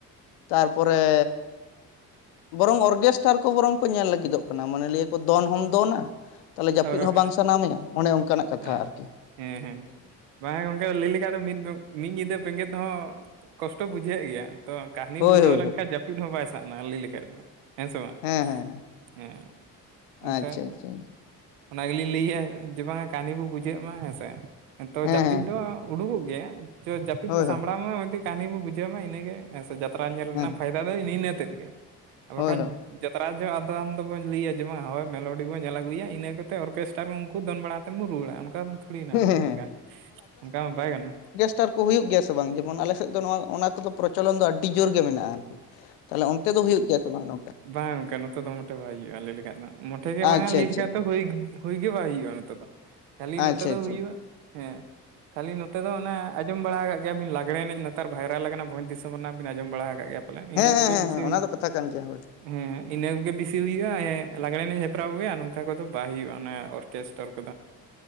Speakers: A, on the left; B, on the right.
A: ᱛᱟᱨᱯᱚᱨᱮ ᱵᱚᱨᱚᱝ ᱚᱨᱜᱮᱥᱴᱟᱨ ᱠᱚ ᱵᱚᱨᱚᱝ ᱠᱚ ᱧᱮᱞ ᱞᱟᱹᱜᱤᱫᱚᱜ ᱠᱟᱱᱟ ᱢᱟᱱᱮ ᱞᱤᱭᱟᱹ ᱠᱚ ᱫᱚᱱ ᱦᱚᱢ ᱫᱚᱱᱟ᱾ ᱛᱟᱦᱚᱞᱮ ᱡᱟᱹᱯᱤᱫ
B: ᱦᱳᱭ
A: ᱦᱚᱸ ᱵᱟᱝ ᱥᱟᱱᱟᱢᱮᱭᱟ ᱚᱱᱮ ᱚᱱᱠᱟᱱᱟᱜ ᱠᱟᱛᱷᱟ᱾
B: ᱦᱮᱸ
A: ᱟᱨᱠᱤ
B: ᱦᱮᱸ ᱦᱮᱸ, ᱵᱟᱝᱟ ᱜᱚᱝᱠᱮ ᱞᱟᱹᱭ ᱞᱮᱠᱷᱟᱡ ᱫᱚ ᱢᱤᱫ <unintelligible> ᱧᱤᱫᱟᱹ ᱵᱮᱸᱜᱮᱫ ᱦᱚᱸ ᱠᱚᱥᱴᱚ ᱵᱩᱡᱷᱟᱹᱜ ᱜᱮᱭᱟ ᱛᱚ ᱠᱟᱦᱱᱤ
A: ᱦᱳᱭ
B: ᱵᱩᱡᱷᱟᱹᱣ
A: ᱦᱳᱭ
B: ᱞᱮᱱᱠᱷᱟᱡ
A: ᱦᱳᱭ
B: ᱡᱟᱯᱤᱫ ᱯᱤᱱ ᱦᱚᱸ ᱵᱟᱭ ᱥᱟᱜᱱᱟᱣᱟ ᱞᱟᱹᱭ ᱞᱮᱠᱷᱟᱡ ᱫᱚ᱾ ᱦᱮᱸ ᱥᱮ ᱵᱟᱝ,
A: ᱦᱮᱸ ᱦᱮᱸ
B: ᱦᱮᱸ ᱮᱱᱠᱷᱟᱱ
A: ᱟᱪᱪᱷᱟ ᱟᱪᱪᱷᱟ ᱦᱮᱸ
B: ᱚᱱᱟ ᱜᱮᱞᱤᱧ ᱞᱟᱹᱭᱮᱜ-ᱟ ᱡᱮ ᱵᱟᱝᱟ ᱠᱟᱹᱦᱱᱤ ᱠᱚ ᱵᱩᱡᱷᱟᱹᱜ ᱢᱟ ᱦᱮᱸ ᱥᱮ᱾ ᱛᱚ
A: ᱦᱮᱸ
B: ᱡᱟᱹᱯᱤᱫ ᱫᱚ ᱩᱰᱩᱠᱚᱜ ᱜᱮᱭᱟ ᱛᱚ ᱡᱟᱹᱯᱤᱫ
A: ᱦᱳᱭ
B: ᱵᱚ
A: ᱦᱳᱭ
B: ᱥᱟᱢᱵᱽᱲᱟᱣ ᱢᱟ ᱢᱤᱫᱴᱤᱡ ᱠᱟᱦᱱᱤ ᱵᱚ ᱵᱩᱡᱷᱟᱹᱣ ᱢᱟ ᱤᱱᱟᱹᱜᱮ᱾ ᱦᱮᱸ ᱥᱮ ᱡᱟᱛᱨᱟ ᱧᱮᱞ
A: ᱦᱮᱸ
B: ᱨᱮᱱᱟᱜ ᱯᱷᱟᱭᱫᱟ ᱫᱚ ᱤᱱᱤᱱᱟᱹᱛᱮᱫ ᱜᱮ ᱟᱨ
A: ᱦᱳᱭ
B: ᱵᱟᱠᱷᱟᱧ
A: ᱦᱳᱭ
B: ᱡᱟᱛᱨᱟ ᱡᱚᱜ ᱟᱫᱚ ᱟᱢᱫᱚ ᱫᱚᱵᱚ ᱞᱟᱹᱭᱟ ᱡᱮ ᱵᱟᱝ ᱦᱳᱭ ᱢᱮᱞᱳᱰᱤ ᱵᱚᱱ ᱧᱮᱞ ᱟᱹᱜᱩᱭᱟ ᱤᱱᱟᱹ ᱠᱟᱛᱮ ᱚᱨᱠᱮᱥᱴᱟᱨ ᱩᱱᱠᱩ ᱫᱚᱱ ᱵᱟᱲᱟ᱾ ᱠᱟᱛᱮᱱ ᱵᱚ ᱨᱩᱣᱟᱹᱲᱟ ᱚᱱᱠᱟ ᱛᱷᱩᱲᱤᱱᱟ
A: ᱦᱮᱸ
B: ᱚᱱᱠᱟ ᱫᱚ
A: ᱦᱮᱸ
B: ᱚᱱᱠᱟ ᱢᱟ ᱵᱟᱭ ᱜᱟᱱᱚᱜ᱾
A: ᱴᱟᱨ ᱠᱚ ᱦᱩᱭᱩᱜ ᱜᱮᱭᱟ ᱥᱮ ᱵᱟᱝ ᱡᱮᱢᱚᱱ ᱟᱞᱮ ᱥᱮᱫ ᱫᱚ ᱱᱚᱣᱟ ᱚᱱᱟ ᱠᱚᱫᱚ ᱯᱨᱚᱪᱚᱞᱚᱱ ᱫᱚ ᱟᱰᱰᱤ ᱡᱳᱨ ᱜᱮ ᱢᱮᱱᱟᱜᱼᱟ ᱟᱨᱠᱤ᱾ ᱛᱟᱦᱚᱞᱮ ᱚᱱᱛᱮ ᱫᱚ ᱦᱩᱭᱩᱜ ᱜᱮᱭᱟ ᱥᱮ ᱵᱟᱝ ᱟᱱᱟ?
B: ᱵᱟᱝ-ᱟ ᱜᱚᱝᱠᱮ ᱱᱚᱛᱮ ᱫᱚ ᱢᱚᱴᱮ ᱵᱟᱭ ᱦᱩᱭᱩᱜᱼᱟ ᱞᱟᱹᱭ ᱞᱮᱠᱷᱟᱡ ᱫᱚ ᱢᱚᱴᱷᱮ ᱜᱮ ᱵᱟᱝ-ᱟ
A: ᱟᱪᱪᱷᱟ
B: ᱞᱟᱹᱭ
A: ᱟᱪᱪᱷᱟ
B: ᱞᱮᱠᱷᱟᱡ ᱫᱚ ᱦᱩᱭ ᱦᱩᱭ ᱜᱮ ᱵᱟᱭ ᱦᱩᱭᱩᱜᱼᱟ ᱱᱚᱛᱮ ᱫᱚ, ᱠᱷᱟᱹᱞᱤ
A: ᱟᱪᱪᱷᱟ
B: ᱱᱚᱛᱮ ᱫᱚ
A: ᱟᱪᱪᱷᱟ
B: ᱦᱩᱭᱩᱜᱼᱟ ᱦᱮᱸ ᱠᱷᱟᱹᱞᱤ ᱱᱚᱛᱮ ᱫᱚ ᱚᱱᱟ ᱟᱸᱡᱚᱢ ᱵᱟᱲᱟ ᱟᱠᱟᱜ ᱜᱮᱭᱟ ᱵᱤᱱ ᱞᱟᱜᱽᱲᱮ ᱮᱱᱮᱡ ᱱᱮᱛᱟᱨ ᱵᱷᱟᱭᱨᱟᱞ ᱟᱠᱟᱱᱟ, ᱵᱷᱚᱡᱽ ᱫᱤᱥᱚᱢ ᱨᱮᱱᱟᱜ ᱵᱤᱱ ᱟᱸᱡᱚᱢ ᱵᱟᱲᱟ ᱟᱠᱟᱫ ᱜᱮᱭᱟ ᱯᱟᱞᱮᱱ
A: ᱦᱮᱸ
B: ᱤᱱᱟᱹ ᱠᱚᱜᱮ।
A: ᱦᱮᱸ ᱦᱮᱸ
B: ᱵᱮᱥᱤ
A: ᱚᱱᱟ
B: ᱦᱩᱭᱩᱜᱼᱟ
A: ᱫᱚ ᱠᱟᱛᱷᱟ ᱠᱟᱱ ᱜᱮᱭᱟ ᱦᱳᱭ।
B: ᱦᱮᱸ ᱤᱱᱟᱹ ᱠᱚᱜᱮ ᱵᱮᱥᱤ ᱦᱩᱭᱩᱜᱼᱟ, ᱞᱟᱜᱽᱲᱮ ᱮᱱᱮᱡ ᱦᱮᱯᱨᱟᱣ ᱠᱚᱜᱮ ᱱᱚᱝᱠᱟ ᱠᱚᱫᱚ ᱵᱟᱭ ᱦᱩᱭᱩᱜᱼᱟ ᱚᱨ ᱠᱮᱥᱴᱟᱨ ᱠᱚ